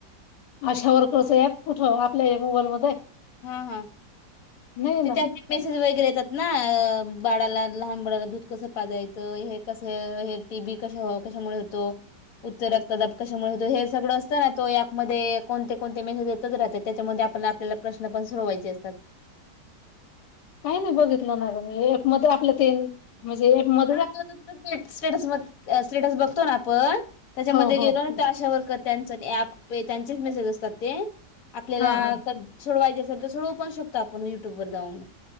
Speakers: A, on the left; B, on the left.
A: अशा वर्करच ऍप कुठं आपल्या मोबाईल मध्ये
B: हा हा
A: नाही ना
B: ते त्या मेसेज वगैरे येतात ना बाळाला लहान बाळाला दूध कसं पाजायचं हे कसं हे ते बी कशा कशामुळे होतो उच्च रक्तदाब कशामुळे होतो हे सगळं असतं ना तो यापमध्ये कोणते कोणते मेसेज तसं राहतं त्याच्यामध्ये आपल्याला आपल्याला प्रश्न पण सोडवायचे असतात.
A: काही नाही बघितलं ना मी एक मध्ये आपल्यं त्याने. म्हणजे एक मत.
B: हा तो दुसरा स्टेटस स्टेटस बघतो ना आपण त्याच्यामध्ये
A: हो
B: गेलो
A: हो
B: ना. आशावारकर त्यांच त्यांचेच मेसेज असतात ते आपल्याला
A: हा हा
B: सोडवायचे असेल सोडू पण शकतो आपण युटॅब वर जाऊन.